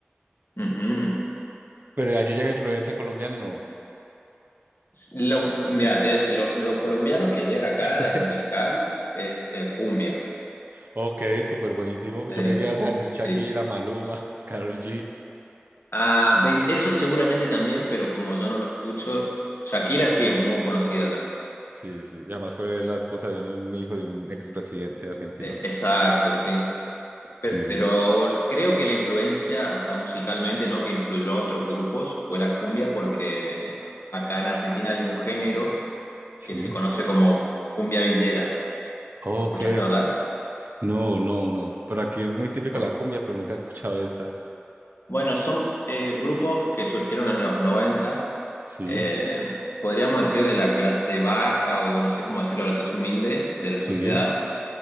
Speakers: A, on the left; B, on the right.
A: Ujú.
B: Pero de allí llega influencia colombiana, ¿no?
A: Lo- mira, te voy a decir, lo, lo colombiano que llega acá
B: <laughs>
A: musical es eh, cumbia.
B: Ok, súper buenísimo.
A: Eh,
B: Yo creí que ibas a decir Shakira,
A: sí.
B: Maluma, <laughs> Karol G.
A: Ah, ve- eso seguramente también, pero como yo no lo escucho, Shakira sí es muy conocida acá.
B: Sí, sí, y además fue la esposa de un, un hijo de un expresidente argentino,
A: Eh,
B: ¿no?
A: exacto, sí.
B: Sí, sí,
A: Pero
B: sí.
A: creo que la influencia, o sea, musicalmente, ¿no? Que influyó a otros grupos fue la cumbia porque acá en Argentina hay un género
B: Sí.
A: que se conoce como cumbia villera.
B: Ok.
A: ¿Lo escuchaste hablar?
B: No, no, no. Pero aquí es muy típico
A: Bueno,
B: la cumbia, pero nunca he escuchado esta.
A: bueno, son eh, grupos que surgieron en los noventas,
B: Sí,
A: eh, podríamos decir de la clase baja o no sé cómo decirlo, la clase humilde de la
B: sí,
A: sociedad,